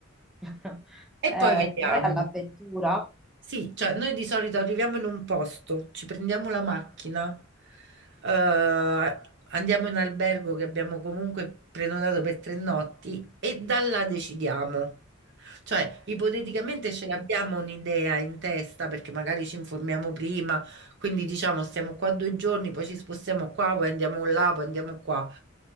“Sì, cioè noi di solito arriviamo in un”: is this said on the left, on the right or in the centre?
Right